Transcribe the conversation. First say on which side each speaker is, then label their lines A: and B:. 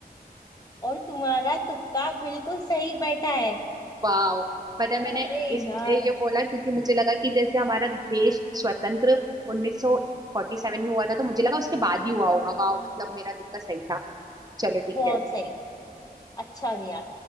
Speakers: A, on the left; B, on the right.
A: और तुम्हारा तुक्का बिल्कुल सही बैठा है
B: वाह पता है मैंने
A: अरे
B: इसलिए
A: यार
B: ये बोला क्योंकि मुझे लगा कि जैसे हमारा देश स्वतंत्र 1947 में हुआ था तो मुझे लगा उसके बाद ही हुआ होगा वाह मतलब मेरा तुक्का सही था चलो ठीक
A: बहुत
B: है
A: सही अच्छा गया